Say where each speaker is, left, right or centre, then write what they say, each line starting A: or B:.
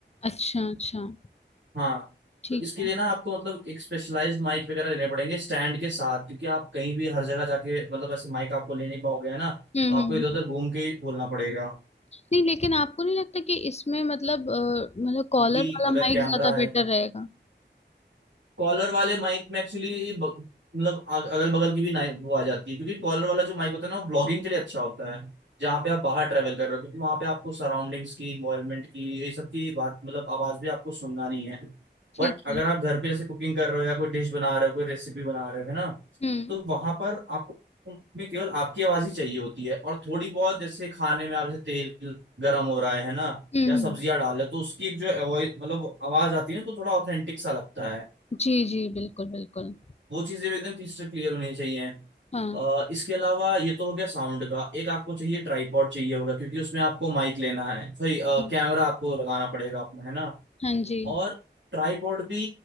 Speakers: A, on the left; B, on the right.
A: अच्छा, अच्छा,
B: हाँ
A: ठीक
B: तो इसके
A: है।
B: लिए ना आपको मतलब एक स्पेशलाइज्ड माइक वगैरह लेने पड़ेंगे स्टैंड के साथ क्योंकि आप कहीं भी हर जगह जाके मतलब ऐसे माइक आपको ले नहीं पाओगे है ना तो
A: हुँ, हुँ,
B: आपको
A: हुँ।
B: इधर उधर घूम के ही बोलना पड़ेगा
A: नहीं लेकिन आपको नहीं लगता कि इसमें मतलब अ, मतलब कॉलर
B: क्योंकि
A: वाला
B: अगर
A: माइक
B: कैमरा
A: ज़्यादा
B: है
A: बेटर रहेगा?
B: कॉलर वाले माइक में एक्चुअली मतलब अगल बगल की भी नाइक वो आ जाती है क्योंकि कॉलर वाला जो माइक होता है ना वो व्लॉगिंग के लिए अच्छा होता है जहाँ पे आप बाहर ट्रेवल कर रहे हो क्योंकि वहाँ पे आपको सराउंडिंग्स की इन्वायरमेंट की ये सब की बात मतलब आवाज भी आपको सुनना नहीं है
A: ठीक
B: बट अगर
A: है।
B: आप घर पे जैसे कुकिंग कर रहे हो या कोई डिश बना रहे हो कोई रेसिपी बना रहे हो है ना
A: हुँ,
B: तो वहां पर आपको में केवल आपकी आवाज ही चाहिए होती है और थोड़ी बहुत जैसे खाने में आप जैसे तेल गर्म हो रहा है है ना
A: हुँ,
B: या सब्जियां
A: हुँ।
B: डाल रहे हो तो उसकी एक जो वॉइस मतलब आवाज आती है ना तो थोड़ा ऑथेंटिक सा लगता है
A: जी, जी, बिल्कुल, बिल्कुल।
B: वो चीजें भी एकदम क्रिस्टल क्लियर होनी चाहिए
A: हाँ,
B: अ, इसके अलावा ये तो हो गया साउंड का एक आपको चाहिए ट्राइपॉड चाहिए होगा क्योंकि उसमें आपको माइक लेना है सॉरी
A: हुँ,
B: कैमरा आपको लगाना पड़ेगा अपना है ना
A: हाँ जी।
B: और ट्राइपॉड भी